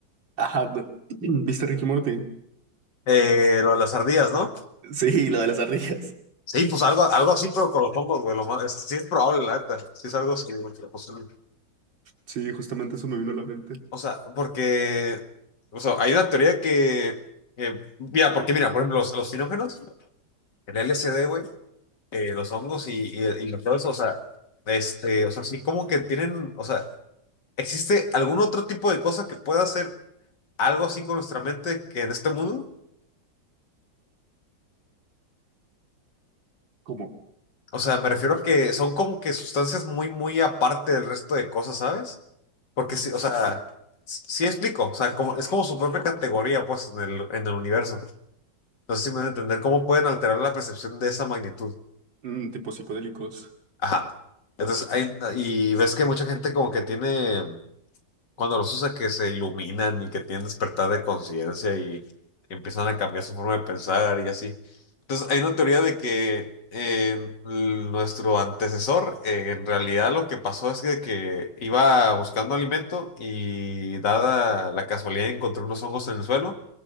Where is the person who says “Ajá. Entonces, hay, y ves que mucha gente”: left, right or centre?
Left